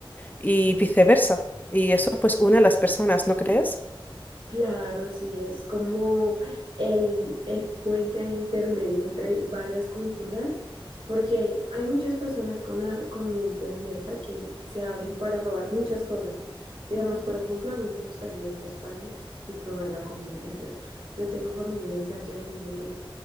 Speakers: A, on the left (about 20°); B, on the right (about 65°).
A: y viceversa. Y eso pues une a las personas, ¿no crees?
B: Claro, sí, es como el, el puente ahí intermedio entre varias culturas, porque hay muchas personas con la con mente abierta que se abren para probar muchas cosas. Digamos, por ejemplo, a mí me gustaría ir a España y probar la comida de allá. Yo tengo familiares allá y dicen que